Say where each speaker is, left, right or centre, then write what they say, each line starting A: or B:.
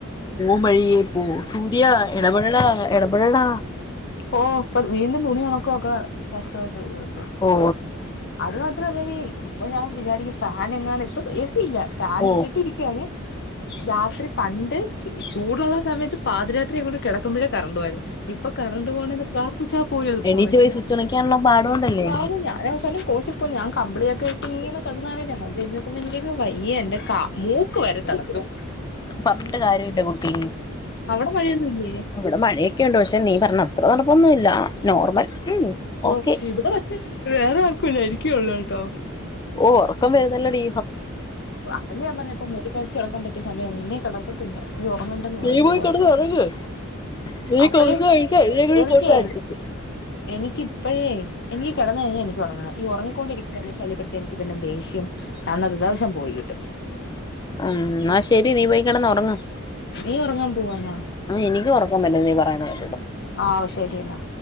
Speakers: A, on the left; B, on the left.
A: പോം വഴിയേ പോ സൂര്യ ഇടപെടടാ ഇടപെടടാ
B: ഓ ഇപ്പ വീണ്ടും തുണിയൊണ ക്കുക്ക കഷ്ടമായിട്ട്
A: ഓ
B: അത് മാത്ര അല്ല ഇപ്പൊ ഞാൻ വിചാരിക്ക താന എങ്ങാണ് <inaudible> ഇല്ല ഫാൻ
A: ഓ
B: ഇട്ടിട്ടി ഇരിക്കാണ് രാത്രി പണ്ട് ച ചൂടുള്ള സമയത്ത് പാതിരാത്രി അങ്ങോട്ട് കിടക്കുമ്പോഴേ കറണ്ട് പോയിരുന്നു ഇപ്പൊ കറണ്ട് പോകണന്ന് പ്രാർത്ഥിച്ചാൽ പോലും അത്
A: എണീറ്റ്
B: പോുന്നില്ലേ
A: പോയി സ്വിച്ച് ഒണക്കാനുള്ള പാടുകൊണ്ടല്ലേ
B: ആ ഞാൻ അവസാനം കോച്ചി പോയി ഞാൻ കമ്പിളിയൊക്കെയിട്ടിങ്ങനെ <unintelligible> വയ്യ എന്റെ കാ മൂക്ക് വരെ തണത്തു
A: പറഞ്ഞിട്ട് കാര്യമില്ല കുട്ടി
B: അവിടെ മഴയൊന്നുമില്ലേ
A: ഇവിടെ മഴയൊക്കെ ഉണ്ട് പക്ഷെ നീ പറഞ്ഞ അത്ര തണുപ്പൊന്നുമില്ല നോർമൽ ഉം
B: ഓ
A: ഓക്കെ
B: ഇവിടെ പക്ഷേ വേറെ ആർക്കുമില്ലാ എനിക്കെ ഉള്ളു ത്തോ
A: ഓ ഉറക്കം വരുന്നില്ലടി
B: അതല്ലേ ഞാൻ പറഞ്ഞെ ഇപ്പോ മൂടിപോതച്ച് കിടക്കാൻ പറ്റത്തി സമയാന്നെന്ന് ഇനി കിടക്കത്തില്ല നീ ഉറങ്ങണ്ടന്ന് പറയും
A: നീ
B: ഇവിടെള്ളോര്
A: പോയി കിടന്ന് ഉറങ്ങ് നീ
B: അപ്പഴേ
A: കൊർച്ച് പൈസ എന്നെ കൂടി
B: എനിക്കെ
A: കൊണ്ട് അടുപ്പിച്ച്
B: എനിക്കിപ്പഴേ എനിക്ക് കിടന്ന് കഴിഞ്ഞാൽ എനിക്ക് ഉറങ്ങണം ഈ ഉറങ്ങിക്കൊണ്ടിരിക്കുന്ന ശല്യപ്പെടുത്തിയാ എനിക്ക് വര്ന്ന ദേഷ്യം അന്നത്തെ ദിവസം കിട്ടും
A: ഉം ആ ശരി നീ പോയ്‌ കിടന്ന് ഉറങ്ങ്
B: നീ ഉറങ്ങാൻ പോവാന്നോ
A: ആ എനിക്ക്‌ ഉറക്കം വരുന്നു നീ പറയുന്ന കേ
B: ആ ശരി എന്നാ